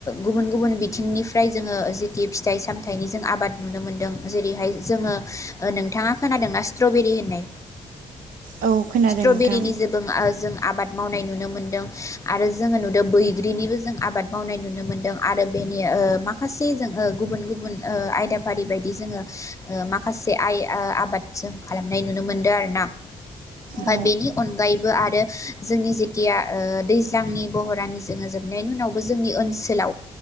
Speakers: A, on the left; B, on the right.
A: गुबुन गुबुन बिथिंनिफ्राय जोङो जिथि फिथाइ सामथायाइनि जों आबाद नुनो मोनदों जेरैहाय जोङो ओ नोंथाङा खोनादोंना स्ट्रबेरि होननाय
B: औ खोनादों
A: स्ट्रबेरिनि
B: नोंथां
A: जेबों आ जों आ आबाद मावनाय नुनो मोनदों आरो जोङो नुदों बैग्रिनिबो जों आबाद मावनाय नुनो मोनदों आरो बेनि ओ माखासे जों ओ गुबुन गुबुन ओ आयदाफारि बायदि जोङो ओ माखासे आइ आबाद जों खालामनाय नुनो मोनदों आरोना ओमफाय
B: औ
A: बेनि अनगायैबो आरो जोंनि जेथिया ओ दैज्लांनि बरहरानि जोङो जोबनायनि उनावबो जोंनि ओनसोलाव